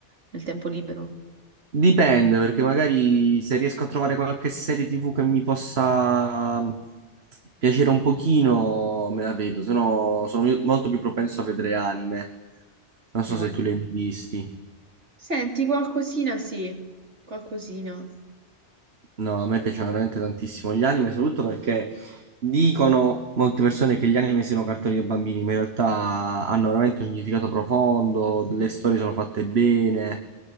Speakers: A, on the right; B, on the right.
A: nel tempo libero?
B: Dipende, perché magari se riesco a trovare qualche serie TV che mi possa mm, piacere un pochino, me la vedo, se no sono molto più propenso a vedere anime. Non
A: No,
B: so se
A: niente.
B: tu li hai mai visti.
A: Senti, qualcosina sì, qualcosina.
B: No, a me piacciono veramente tantissimo gli anime, soprattutto perché dicono molte persone che gli anime siano cartoni per bambini, ma in realtà hanno veramente un significato profondo, le storie sono fatte bene,